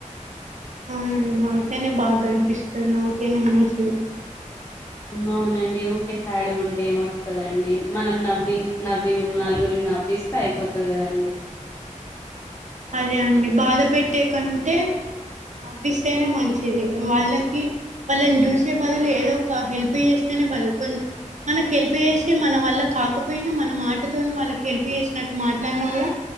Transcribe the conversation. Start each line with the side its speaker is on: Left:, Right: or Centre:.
Right: అవునండి నవ్వుతేనే బాగా కనిపిస్తారు నవ్వుతేనే మంచిది
Left: అవునండి ఉరీకే స్యాడ్గా ఉంటే ఏం వస్తందండి మనం నవ్వి నవ్వి నలుగురిని నవ్విస్త అయిపోతది కదాండి
Right: అదే అండి బాధ పెట్టే కంటే నవ్విస్తేనే మంచిది ఉమ్ వాళ్ళకి వాళ్ళని చూసే బదులు ఏదో ఒక హెల్ప్ చేస్తేనే బల్కున్ మనకు హెల్ప్ చేసి మన వల్ల కాకపోయినా మన మాటతోని వాళ్ళకి హెల్ప్ చేసినట్టు మాట్లాడినా కూడా